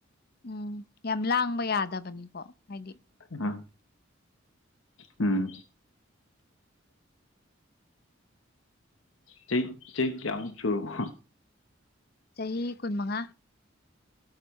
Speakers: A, on the left; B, on the left.
A: ꯎꯝ ꯌꯥꯝ ꯂꯥꯡꯕ ꯌꯥꯗꯕꯅꯤꯀꯣ ꯍꯥꯏꯗꯤ
B: ꯑ ꯎꯝ ꯆꯍꯤ ꯆꯍꯤ ꯀꯌꯥꯃꯨꯛ ꯁꯨꯔꯕꯣ
A: ꯆꯍꯤ ꯀꯨꯟꯃꯉꯥ